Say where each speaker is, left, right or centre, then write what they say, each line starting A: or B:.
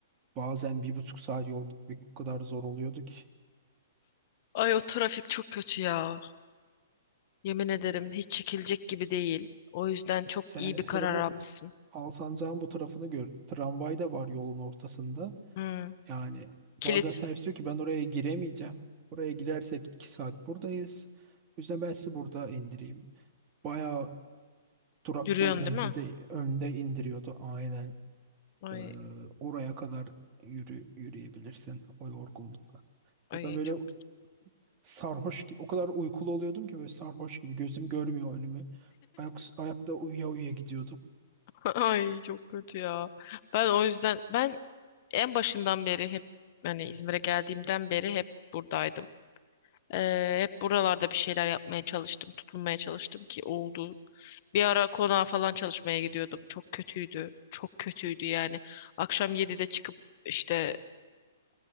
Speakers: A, on the right; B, on the left.
A: bazen bir buçuk saat yol gitmek o kadar zor oluyordu ki.
B: Ay o trafik çok kötü ya. Yemin ederim hiç çekilecek gibi değil. O yüzden çok
A: Sen
B: iyi bir karar
A: hele bu
B: almışsın.
A: Alsancak'ın bu tarafını gör. Tramvay da var yolun ortasında.
B: Hmm.
A: Yani
B: Kilit
A: bazen servis diyor ki ben oraya giremeyeceğim. Oraya girersek iki saat buradayız. O yüzden ben sizi burada indireyim. Bayağı duraktan
B: yürüyorsun
A: önce
B: değil mi?
A: de önde indiriyordu aynen.
B: Ay
A: Ee, oraya kadar yürü, yürüyebilirsin o yorgunlukla.
B: ay
A: O böyle
B: çok
A: sarhoş gibi o kadar uykulu oluyordum ki böyle sarhoş gibi gözüm görmüyor önümü. Ayak, ayakta uyuya uyuya gidiyordum.
B: <laughs> ay çok kötü ya. Ben o yüzden ben en başından beri hep hani İzmir'e geldiğimden beri hep buradaydım. Ee, hep buralarda bir şeyler yapmaya çalıştım, tutunmaya çalıştım ki oldu. Bir ara konağa falan çalışmaya gidiyordum. Çok kötüydü. Çok kötüydü yani. Akşam 7'de çıkıp işte